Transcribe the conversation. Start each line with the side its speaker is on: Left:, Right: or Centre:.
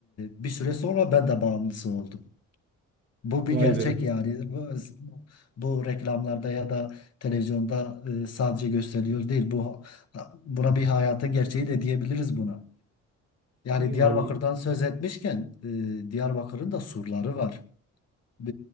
Left: e, bir süre sonra ben de bağımlısı oldum. Bu bir
Right: Vay
Left: gerçek
Right: be.
Left: yani. Bu, bu reklamlarda ya da televizyonda e, sadece gösteriliyor değil. Bu buna bir hayatın gerçeği de diyebiliriz buna. Yani
Right: Yani
Left: Diyarbakır'dan söz etmişken e, Diyarbakır'ın da surları var. E,